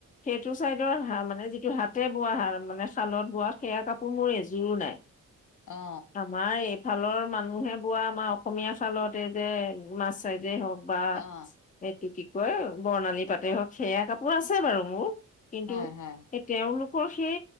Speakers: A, on the left; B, on the left.
A: সেইটো চাইডৰ হা মানে যিটো হাতে বোৱা হাহ মানে শালত বোৱা সেয়া কাপোৰ মোৰ এযোৰো নাই।
B: অ
A: আমাৰ এক শালৰ মানুহে বোৱা আমাৰ অসমীয়া খালত এই যে মাছ চাইজেই হওক বা
B: অ
A: সেইটো কি হয় বৰ্ণালী পাতে হওক সেয়া কাপোৰ আছে বাৰু মোৰ। কিন্তু
B: হয় হয়
A: সেই তেওঁলোক কৰ সেই